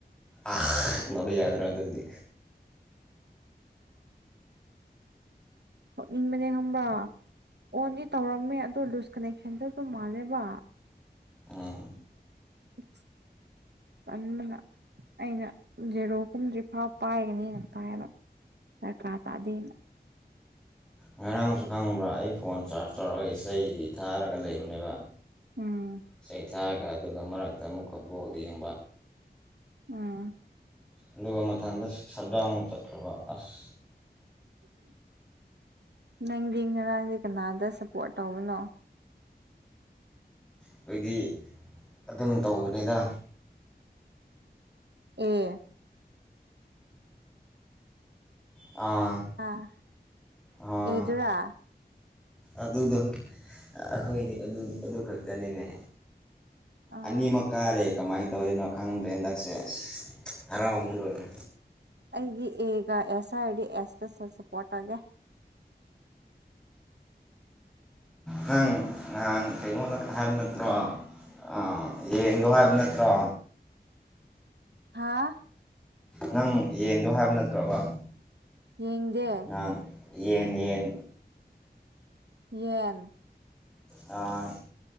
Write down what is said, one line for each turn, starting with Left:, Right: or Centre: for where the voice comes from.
Centre: ꯑ ꯅꯅꯕ <unintelligible> ꯌꯥꯗ꯭ꯔꯥ ꯑꯗꯨꯗꯤ
Right: ꯊꯣꯛꯅꯤꯡꯕꯅꯦ ꯈꯪꯕ꯭ꯔ ꯑꯣꯟꯗꯤ ꯇꯧꯔꯝꯃꯦ ꯑꯗꯣ ꯂꯨꯖ ꯀꯅꯦꯛꯁꯟ ꯆꯠꯄ ꯃꯥꯜꯂꯦꯕ
Centre: ꯑ
Right: ꯎ ꯄꯟꯕꯅ ꯑꯩꯅ ꯖꯦꯔꯣ ꯀꯨꯝꯗ꯭ꯔꯤꯐꯥꯎ ꯄꯥꯏꯒꯅꯤꯅ ꯄꯥꯏꯕ ꯗꯔꯀꯥ ꯇꯗꯦꯅ
Centre: ꯉꯔꯥꯡꯁꯨ ꯈꯪꯕ꯭ꯔꯥ ꯑꯩ ꯐꯣꯟ ꯆꯥꯔꯖ ꯇꯧꯔꯒ ꯏꯁꯩ ꯊꯥꯔꯒ ꯂꯩꯕꯅꯦꯕ
Right: ꯎꯝ
Centre: ꯆꯩꯊꯔꯒ ꯑꯗꯨꯒ ꯃꯔꯛꯇ ꯑꯃꯨꯛꯀ ꯕꯣꯜ ꯌꯦꯡꯕ
Right: ꯎꯝ
Centre: ꯑꯗꯨꯒ ꯃꯊꯟꯗ ꯁꯠ ꯗꯥꯎꯟ ꯆꯠꯈ꯭ꯔꯕ ꯑꯁ
Right: ꯅꯪꯗꯤ ꯉꯔꯥꯡꯁꯦ ꯀꯅꯥꯗ ꯁꯞꯄꯣꯔꯠ ꯇꯧꯕꯅꯣ
Centre: ꯑꯩꯈꯣꯏꯗꯤ ꯑꯗꯨꯝ ꯇꯧꯕꯅꯤꯗ
Right: ꯑꯦ
Centre: ꯑꯥ
Right: ꯑꯥ
Centre: ꯑꯥ
Right: ꯑꯦꯗꯨꯔꯥ
Centre: ꯑꯗꯨꯗꯣ ꯑꯩꯈꯣꯏꯗꯤ ꯑꯗꯨ ꯈꯛꯇꯅꯤꯅꯦ
Right: ꯑꯥ
Centre: ꯑꯅꯤ ꯃꯛꯀꯥꯔꯦ ꯀꯃꯥꯏꯅ ꯇꯧꯔꯤꯅꯣ ꯈꯪꯗ꯭ꯔꯦ ꯍꯟꯗꯛꯁꯦ ꯑꯁ ꯍꯔꯥꯎꯅ ꯂꯣꯏꯔꯦ
Right: ꯑꯩꯗꯤ ꯑꯦꯒ ꯑꯦꯁ ꯍꯥꯏꯗꯤ ꯑꯦꯁꯇ ꯁꯞꯄꯣꯔꯠ ꯇꯧꯒꯦ
Centre: ꯅꯪ ꯅꯍꯥꯟ ꯀꯩꯅꯣ ꯍꯥꯏꯕ ꯅꯠꯇ꯭ꯔꯣ ꯑꯥ ꯌꯦꯡꯗꯕ ꯅꯠꯇ꯭ꯔꯣ
Right: ꯍꯥꯥ
Centre: ꯅꯪ ꯌꯦꯟꯗꯣ ꯍꯥꯏꯕ ꯅꯠꯇ꯭ꯔꯕ
Right: ꯌꯦꯡꯗꯦ
Centre: ꯉꯥ ꯌꯦꯟ ꯌꯦꯟ
Right: ꯌꯦꯟ
Centre: ꯑꯥ